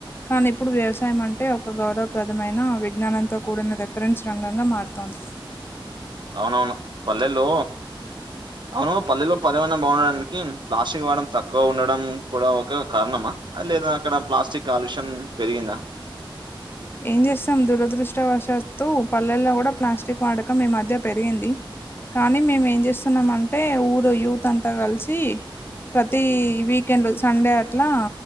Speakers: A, on the left (about 25°); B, on the right (about 60°).
A: కానీ ఇప్పుడు వ్యవసాయం అంటే ఒక గౌరవప్రదమైన విజ్ఞానంతో కూడిన రెఫరెన్స్ రంగంగా మారుతోంది.
B: అవునవును పల్లెల్లో. అవును పల్లెలో పరియవరణం బాగుండడానికి ప్లాస్టిక్ వాడడం తక్కువ ఉండడం కూడా ఒక కారణమా. లేదా అక్కడ ప్లాస్టిక్ పాలషన్ పెరిగిందా.
A: ఏం చేస్తాం దురదృష్టవశాతు పల్లెల్లో కూడా ప్లాస్టిక్ వాడకం ఈ మధ్య పెరిగింది. కానీ మేము ఏం చేస్తున్నామ అంటే ఊరు యూత్ అంతా కలిసి ప్రతి వీకెండ్ సండే అట్లా